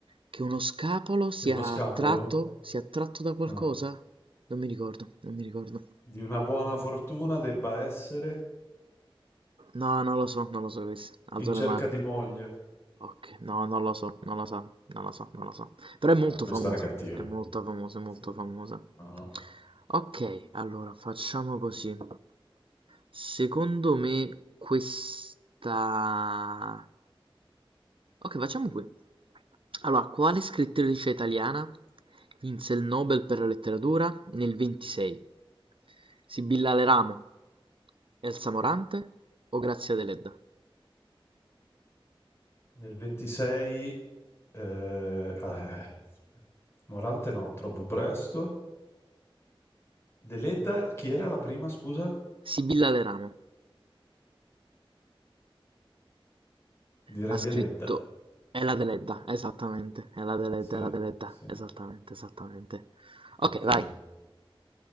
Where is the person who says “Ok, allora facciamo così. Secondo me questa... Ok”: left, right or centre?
Right